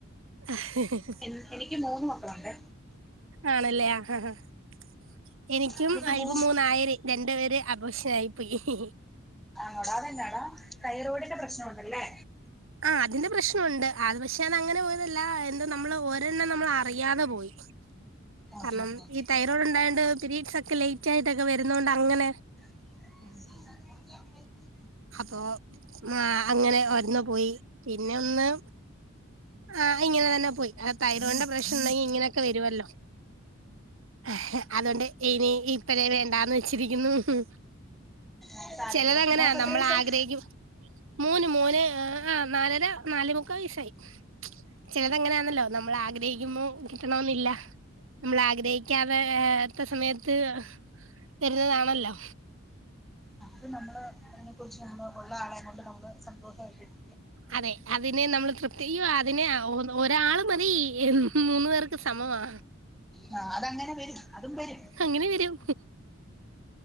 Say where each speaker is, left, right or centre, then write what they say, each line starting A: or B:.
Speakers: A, on the right; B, in the centre.
A: ഹ ഹ് ഹ്
B: എൻ എനിക്ക് മൂന്ന് മക്കളുണ്ട്.
A: ആണല്ലേ ആഹാ ഹാ ആഎനിക്കും
B: എനിക്ക് മൂ
A: ഇപ്പ മൂന്നായേ രി രണ്ട് പേര് അബോഷനായി പോയി. ഹി ഹി ഹി
B: ആണോടാ അതെന്നാടാ തൈറോയിഡിന്റെ പ്രശ്നോണ്ടല്ലേ?
A: ആ അതിന്റെ പ്രശ്നം ഉണ്ട് അത് പക്ഷെ അത് അങ്ങനെ പോയതല്ല എന്ത് നമ്മള് ഒരെണ്ണം നമ്മള് അറിയാതെ പോയി.
B: ആഹ്
A: കാര്ണം
B: ആഹ് ആഹ്
A: ഈ തൈറോയ്ഡ് ഉണ്ടായോണ്ട് പീരീഡ്സ് ഒക്കെ ലേറ്റ് ആയിട്ടൊക്കെ വരുന്നോണ്ട് അങ്ങനെ.
B: <unintelligible>
A: അപ്പോ ആ അങ്ങനെ ഒര്ണ്ണം പോയി പിന്നെ ഒന്ന്. ആ ഇങ്ങനെ തന്നെ പ്പോയി ആ തൈറോയിഡിന്റെ പ്രശ്നോണ്ടെങ്കി ഇങ്ങനെയൊക്കെ വരുവല്ലോ. ഹെ ഹെ അതോണ്ട്‌ ഇനി ഇപ്പയേ വേണ്ടാന്ന് വെച്ചിരിക്ക്ന്ന് ഹ്
B: ആഹ് സാരല്ല
A: ചെലതങ്ങനാ
B: മോക്ക് എത്ര
A: നമ്മളാഗ്രഹിക്കും
B: വയസായി
A: മോന് മോന്. ആ നാലര നാലേമുക്കാ വയസ്സായി. ചെലതങ്ങനെയാന്നല്ലോ നമ്മളാഗ്രഹിക്കുമ്പോ കിട്ടണോന്നില്ല. നമ്മൾ ആഗ്രഹിക്കാതെ ത്തസമയത്ത്. തരുന്നതാണല്ലോ
B: അത് നമ്മളെ അയ്നെ കുറിച്ച് ന ഉള്ള ആളെ കൊണ്ട് നമ്മള് സന്തോഷംമായിക്കുക
A: അതെ അതിനെ നമ്മൾ തൃപ്തി യ്യോ അതിന് ഒ ഒരാള് മതി മൂന്നു പേർക്ക് സമമാ
B: ആ അതങ്ങനെ വരും അതും വരും
A: അങ്ങെനെ വരും